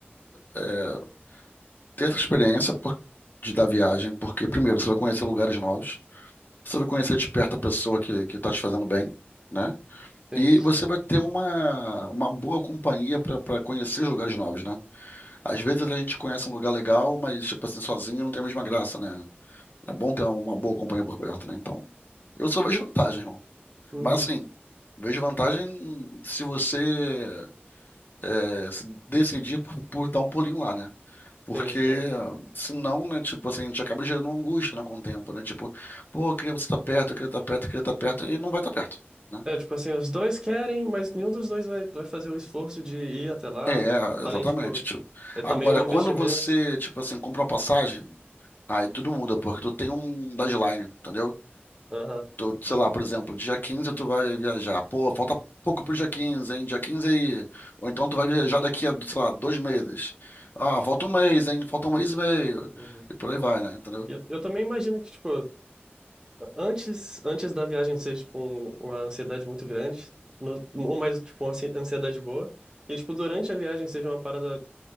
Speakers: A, on the left; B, on the right.
A: é, ter essa experiência por- de da viagem, porque primeiro você vai conhecer lugares novos, você vai conhecer de perto a pessoa que, que tá te fazendo bem, né?
B: tem.
A: E você vai ter uma, uma boa companhia para para conhecer lugares novos, né? Às vezes a gente conhece um lugar legal, mas tipo assim, sozinho não tem a mesma graça, né? É bom ter uma boa companhia por perto, né? Então, eu só vejo vantagem, irmão.
B: Uhum,
A: Mas assim, vejo vantagem se você é, se decidir por, por dar um pulinho lá, né? Porque
B: tem, sim.
A: senão, né, tipo assim, a gente acaba gerando uma angústia, né, com o tempo, né? Tipo, pô, eu queria você estar perto, eu queria estar perto, eu queria estar perto, e não vai estar perto, né?
B: É, tipo assim, os dois querem, mas nenhum dos dois vai, vai fazer o esforço de ir até lá.
A: É, é,
B: Além,
A: exatamente,
B: tipo,
A: tipo.
B: é também
A: Agora,
B: um investimento.
A: quando você, tipo assim, compra uma passagem, aí tudo muda, porque tu tem um deadline, entendeu?
B: Aham,
A: Tu, sei lá, por exemplo, dia 15 tu vai viajar. Pô, falta pouco pro dia quinze hein? Dia 15 aí. Ou então tu vai viajar daqui a, sei lá, dois meses. Ah, falta um mês, hein? Falta um mês e meio.
B: uhum.
A: E por aí vai, né? Entendeu?
B: E Eu, eu também imagino que, tipo, Antes, antes da viagem ser, tipo, um- uma ansiedade muito grande, no, ou mais, tipo, uma ansi- ansiedade boa, e, tipo, durante a viagem seja uma parada,